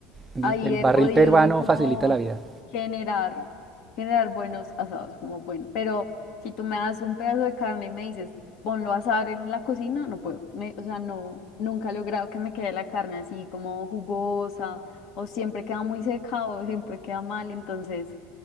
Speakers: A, on the right (about 20°); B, on the left (about 65°).
A: El,
B: ahí
A: el
B: he
A: barril
B: podido
A: peruano
B: como
A: facilita la vida.
B: generar, generar buenos asados, como bueno, pero si tú me das un pedazo de carne y me dices, ponlo a asar en la cocina, no puedo, me- o sea, no, nunca he logrado que me quede la carne así como jugosa, o siempre queda muy seca, o siempre queda mal, entonces,